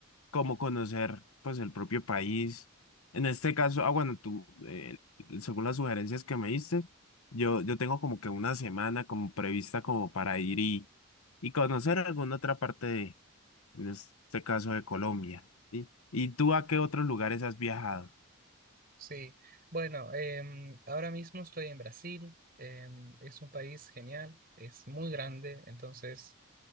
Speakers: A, on the left; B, on the right.
A: como conocer pues el propio país. En este caso, ah, bueno, tú, eh, según las sugerencias que me diste, yo, yo tengo como que una semana como prevista como para ir y, y conocer alguna otra parte de, en este caso de Colombia, ¿sí? ¿Y tú a qué otros lugares has viajado?
B: Sí, bueno, em, ahora mismo estoy en Brasil, em, es un país genial, es muy grande, entonces